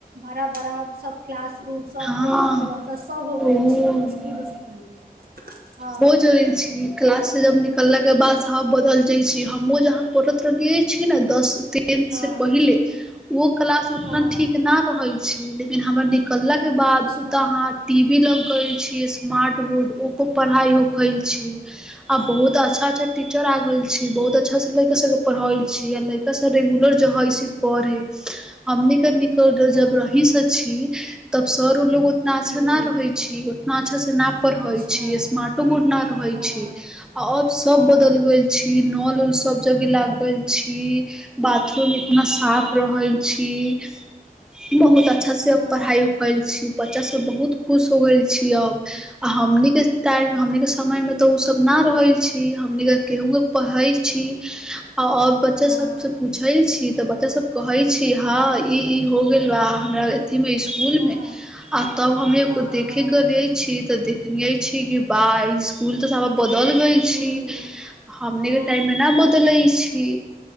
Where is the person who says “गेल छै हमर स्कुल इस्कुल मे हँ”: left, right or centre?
Right